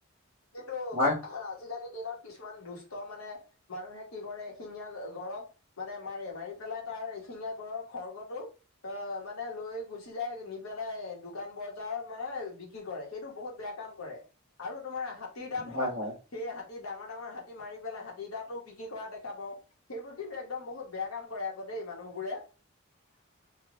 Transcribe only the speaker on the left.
কিন্তু
আজি। আজিকালিৰ দিনত কিছুমান দুষ্ট মানে মানুহে কি কৰে শিঙীয়া গড়ক। মানে মাৰে মাৰি পেলাই তাৰ এশিঙীয়া গড়ৰ খৰ্গটো। অ' মানে লৈ গুচি যায় নেকি? পেলাই দোকান বজাৰত মানে বিক্ৰী কৰে সেইটো বহুত বেয়া কাম কৰে আৰু তোমাৰ হাত। হাতীৰ দাঁত
হওক
সেই হাতীৰ ডাঙৰ ডাঙৰ হাতী মাৰি পেলাই হাতীৰ দাঁতো বিক্ৰী কৰা দেখা পাওঁ। সেইবোৰ কিন্তু একদম বহুত বেয়া কাম কৰে আকৌ দেই মানুহবোৰে।